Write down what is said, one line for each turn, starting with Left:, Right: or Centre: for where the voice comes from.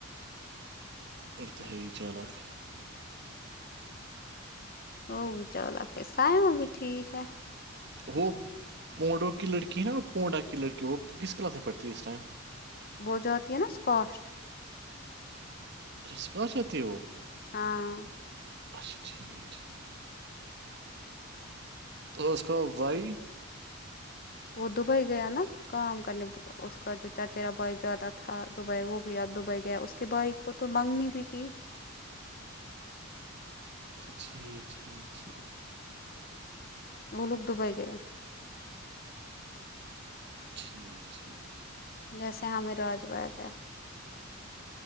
Right: اورد ہے چالاک
Left: وہ بھی چل آ کہ سائم بھی ٹھیک ہے
Right: وہ پوڈوں کی لڑکی ہےا پونڈا کی لڑکی وہ کس کلاس میں پڑھتی ہے اس ٹائم
Left: بول جاتی ہے نا اس کااسٹ
Right: سک ستی وہ
Left: ہاں
Right: اچھا ٹھیک ٹھیک اورس کاں وائی
Left: وہ دبئی گیا نا کام کرنے اس کا جو چچرا بھائی جیادہ تھا دبئی وہ آپ دبئی گیا اس کے بھائی کو تو مانگنی بھی کی
Right: اچ جی ٹی جھ
Left: وہ لوگ دبئی گئے
Right: ٹھیک ٹھیک
Left: جیسے ہمیں آاج باغ ہے